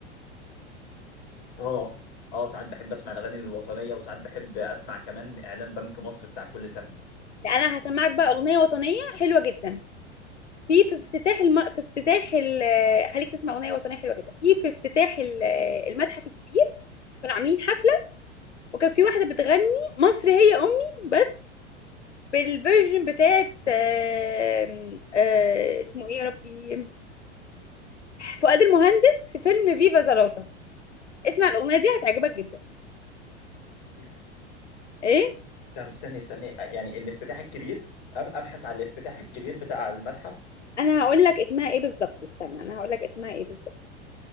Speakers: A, on the left (about 50°); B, on the left (about 80°).
A: اه اه ساعات بحب اسمع الاغاني الوطنيه وساعات بحب اسمع كمان اعلان بنك مصر بتاع كل سنه
B: لا انا هسمعك بقى اغنية وطنية حلوة جدا في في افتتاح الم... في افتتاح ال... خليك تسمع اغنية وطنية حلوة جدا في في افتتاح ال- المتحف الكبير كانوا عاملين حفلة وكان في واحدة بتغني مصر هي امي بس بالفيرجن بتاعت آم، آه، اسمه ايه يا ربي فؤاد المهندس في فيلم فيفا زلاطة اسمع الأغنية دي هتعجبك جدا
A: ايه ده
B: ايه
A: طب استني استني يعني الافتتاح الكبير أب- ابحث عن الافتتاح الكبير بتاع المتحف
B: انا هقول لك اسمها ايه بالظبط استنى انا هقول لك اسمها ايه بالظبط